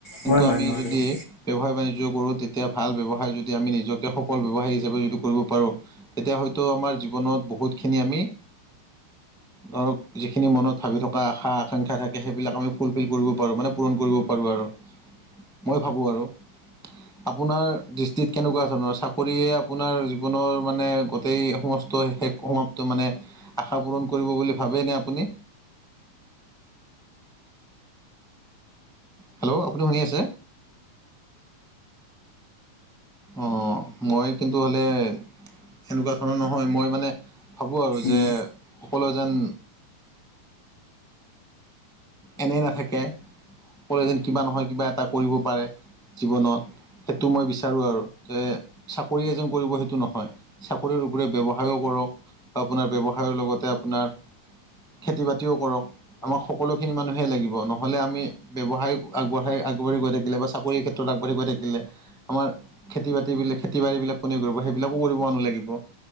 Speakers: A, in the centre; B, on the left (about 75°).
A: কিন্তু
B: হয় হয়
A: আমি
B: নোৱাৰিব
A: যদি ব্যৱসায় বাণিজ্য কৰোঁ, তেতিয়া ভাল ব্যৱসায় যদি আমি নিজকে সফল ব্যৱসায় হিচাপে যদি কৰিব পাৰোঁ তেতিয়া হয়তো আমাৰ জীৱনত বহুতখিনি আমি ধৰক যিখিনি মনত ভাবি থকা আশা আকাংক্ষা থাকে সেইবিলাক আমি ফুলফিল কৰিব পাৰোঁ মানে পূৰণ কৰিব পাৰোঁ আৰু, মই ভাবোঁ আৰু। আপোনাৰ দৃষ্টিত কেনেকুৱা ধৰণৰ, চাকৰিয়ে আপোনাৰ জীৱনৰ মানে গোটেই সম শেষ সমাপ্ত মানে আশা পূৰণ কৰিব বুলি ভাবে নে আপুনি? হেল্ল' আপুনি শুনি আছে? অ' মই কিন্তু হ'লে এনেকুৱা ধৰণৰ নহয়, মই মানে ভাবোঁ আৰু যে
B: উম
A: সকলো যেন এনেই নাথাকে, সকলোৱে যেন কিবা নহয় কিবা এটা কৰিব পাৰে জীৱনত। সেইটো মই বিচাৰোঁ আৰু যে চাকৰিয়ে যেন কৰিব সেইটো নহয়। চাকৰিৰ উপৰি ব্যৱসায়ো কৰক বা আপোনাৰ ব্যৱসায়ৰ লগতে আপোনাৰ খেতি বাতিও কৰক, আমাক সকলোখিনি মানুহে লাগিব নহ'লে আমি ব্যৱসায় আগবঢ়াই আগবাঢ়ি গৈ থাকিলে বা চাকৰিৰ ক্ষেত্ৰত আগবাঢ়ি গৈ থাকিলে আমাৰ খেতি বাতি বিলাক, খেতি বাৰি বিলাক কোনে কৰিব সেইবিলাকো কৰিব লাগিব।